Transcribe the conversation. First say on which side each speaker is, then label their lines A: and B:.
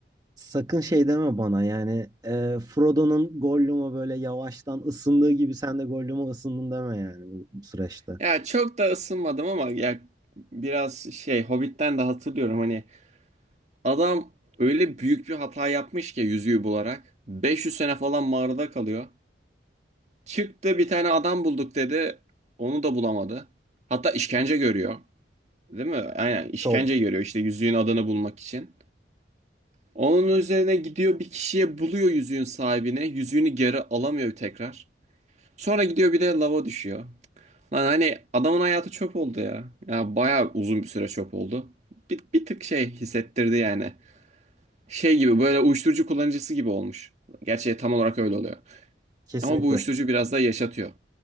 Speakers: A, on the right (about 20°); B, on the right (about 40°).
A: Sakın şey deme bana yani e, Frodo'nun Gollum'a böyle yavaştan ısındığı gibi sen de Gollum'a ısındın deme yani bu bu süreçte.
B: Ya çok da ısınmadım ama ya biraz şey Hobbit'ten de hatırlıyorum hani adam öyle büyük bir hata yapmış ki yüzüğü bularak. 500 sene falan mağarada kalıyor. Çıktı bir tane adam bulduk dedi. Onu da bulamadı. Hatta işkence görüyor. Değil mi? Aynen işkence
A: Çok.
B: görüyor işte yüzüğün adını bulmak için. Onun üzerine gidiyor bir kişiye buluyor yüzüğün sahibine. Yüzüğünü geri alamıyor tekrar. Sonra gidiyor bir de lava düşüyor. Lan hani adamın hayatı çöp oldu ya. Ya bayağı uzun bir süre çöp oldu. Bir, bir tık şey hissettirdi yani. Şey gibi böyle uyuşturucu kullanıcısı gibi olmuş. Gerçi tam olarak öyle oluyor.
A: Kesinlikle.
B: Ama bu uyuşturucu biraz da yaşatıyor.